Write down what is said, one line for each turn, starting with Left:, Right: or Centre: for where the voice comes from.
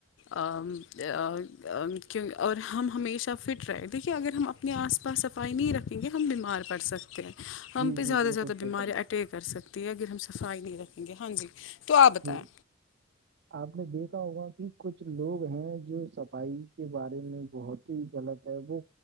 Left: اور ہم ہمیشہ فٹ رہے دیکھیے اگر ہم اپنے آس پا پر صفائی نہیں رکھیں گے ہم بیمار پڑ سکتے ہیں ہم
Right: جی
Left: پہ
Right: جی
Left: زیادہ سے
Right: بالکل
Left: زیادہ
Right: صحیح
Left: بیمار
Right: فرما
Left: ٹے کر سکتی ہے اگر ہم صفائی نہیں رکھیں گے ہاں جی تو آپ بتائیں
Right: جی آپ نے دیکھا ہوگا کہ کچھ لوگ ہیں جو صفائی کے بارے میں بہت ہی غلط وہ